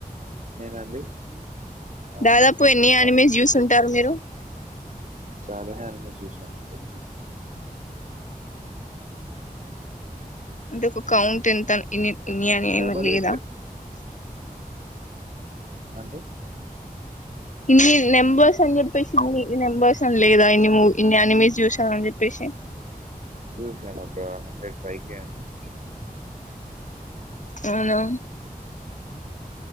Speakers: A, on the right (about 55°); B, on the left (about 55°).
A: నేనండి యానిమేషన్
B: దాదాపు
A: అంటే
B: ఎన్ని యానిమల్స్
A: చాలా
B: జూసుంటారు మీరు
A: చాలా యానిమల్స్ చూసానండి.
B: అంటే ఒక కౌంట్ ఇంత ఇన్ని ఇన్ని అని ఏమి
A: డబల్
B: లేదా
A: విక్ అండి
B: ఇన్ని నెంబర్స్అని చెప్పేసి ఇన్ని నెంబర్స్ అని లేదా ఇన్ని మో ఇన్ని అనిమీస్ చూసా అని చెప్పేసి
A: చూశాను ఒక హండ్రెడ్ పైకి చూసాను
B: అవునా